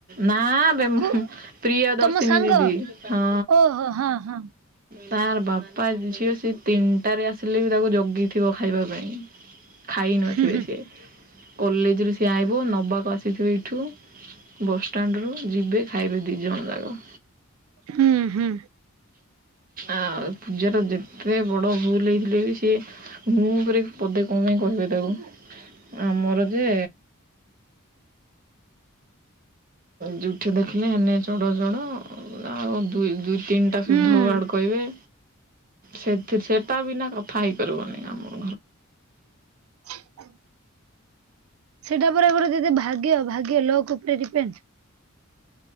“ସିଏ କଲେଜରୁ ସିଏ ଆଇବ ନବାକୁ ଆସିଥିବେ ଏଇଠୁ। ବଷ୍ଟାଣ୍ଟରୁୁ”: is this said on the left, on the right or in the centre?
Right